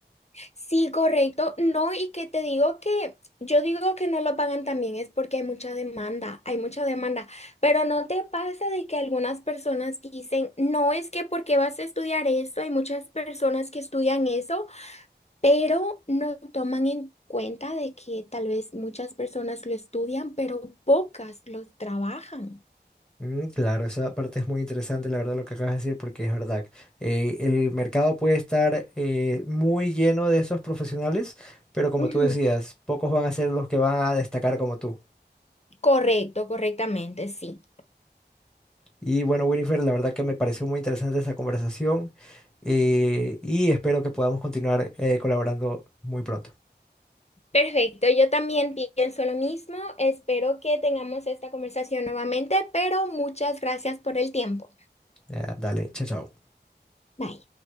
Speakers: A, on the left (about 35°); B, in the centre.
A: Sí, correcto. No, y que te digo que yo digo que no lo pagan también es porque hay mucha demanda, hay mucha demanda, pero no te pasa de que algunas personas dicen, no es que porque vas a estudiar eso, hay muchas personas que estudian eso, pero no toman en cuenta de que tal vez muchas personas lo estudian, pero pocas lo trabajan.
B: Mm, claro, esa parte es muy interesante, la verdad, lo que acabas de decir, porque es verdad. eh, el mercado puede estar eh, muy lleno de esos profesionales, pero como
A: Ujú,
B: tú decías, pocos van a ser los que van a destacar como tú.
A: Correcto, correctamente, sí.
B: Y bueno, Winifred, la verdad que me pareció muy interesante esta conversación eh, y espero que podamos continuar eh, colaborando muy pronto.
A: Perfecto, yo también pienso lo mismo. Espero que tengamos esta conversación nuevamente, pero muchas gracias por el tiempo.
B: Ya, dale, chao, chao.
A: Bye.